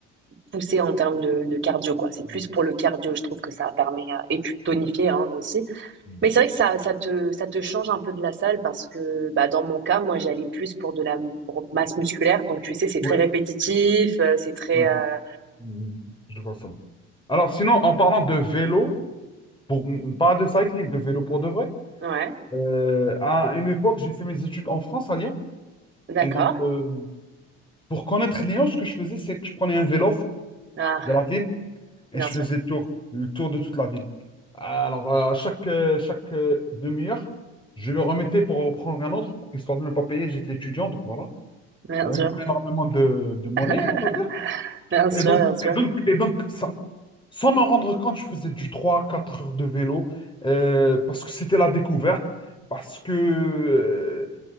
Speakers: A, on the right (about 35°); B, on the left (about 15°).
A: poussé en termes de, de cardio, quoi. C'est
B: mhm,
A: plus pour le cardio, je trouve que ça permet, euh, et tu tonifies hein, aussi.
B: mhm.
A: Mais c'est vrai que ça, ça te, ça te change un peu de la salle parce que, bah, dans mon cas, moi, j'allais plus pour de la pour masse musculaire. Donc, tu sais, c'est
B: Oui,
A: très répétitif, euh, c'est très...
B: ouais.
A: euh,
B: Mhm. mhm. Je vois ça. Alors, sinon, en parlant de vélo, pour, pas de cycling, de vélo pour de vrai,
A: Ouais,
B: euh, à une époque, j'ai fait mes études en France, à Lyon.
A: d'accord.
B: Et donc, euh, pour connaître Lyon, ce que je faisais, c'est que je prenais un vélo
A: Ah,
B: de la ville Et
A: bien
B: je
A: sûr,
B: faisais le tour, le tour de toute la ville. Alors, euh, à chaque, euh, chaque euh, demi-heure, je le remettais pour reprendre un autre, pour- histoire de ne pas payer. J'étais étudiant, donc voilà.
A: bien
B: Il n'y
A: sûr,
B: avait pas énormément de, de monnaie,
A: <laughs>
B: on va dire.
A: bien sûr,
B: Et donc,
A: bien sûr,
B: et donc, et donc sans, sans m'en rendre compte, je faisais du trois quatre heures de vélo euh, parce que c'était la découverte, parce que, euh,